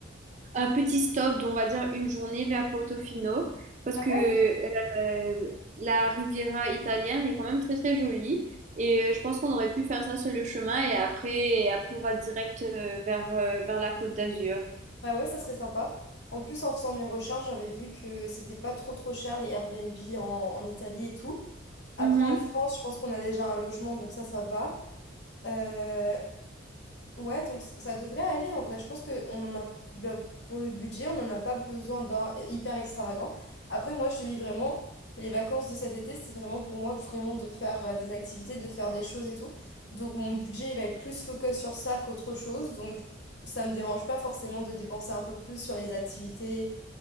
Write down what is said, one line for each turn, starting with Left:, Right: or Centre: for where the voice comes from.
Right: un petit stop d'on va dire une journée vers Portofino parce
Left: Ah
Right: que
Left: ouais?
Right: euh, la Riviera italienne est quand même très très jolie et euh, je pense qu'on aurait pu faire ça sur le chemin et après, et après on va direct euh, vers, euh, vers la Côte d'Azur.
Left: Bah ouais, ça serait sympa. En plus, en faisant mes recherches, j'avais vu que c'était pas trop trop cher les Airbnb en, en Italie et tout. Après,
Right: Mhm.
Left: en France, je pense qu'on a déjà un logement, donc ça, ça va. Euh, Ouais, donc c- ça devrait aller en vrai. Je pense que on en a le- pour le budget, on n'en a pas besoin d'un hyper extravagant. Après, moi, je te dis vraiment, les vacances de cet été, c'est vraiment pour moi vraiment de faire euh, des activités, de faire des choses et tout. Donc mon budget, il va être plus focus sur ça qu'autre chose. Donc ça me dérange pas forcément de dépenser un peu plus sur les activités